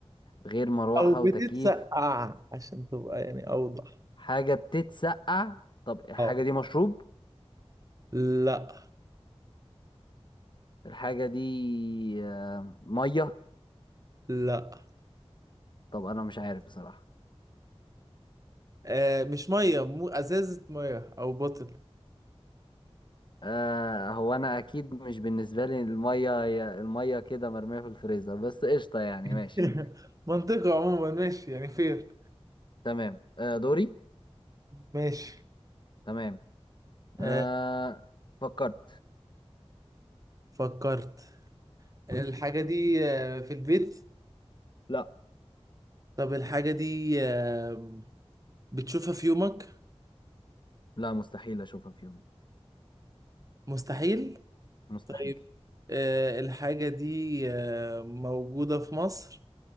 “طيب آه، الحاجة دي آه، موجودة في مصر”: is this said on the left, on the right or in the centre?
Right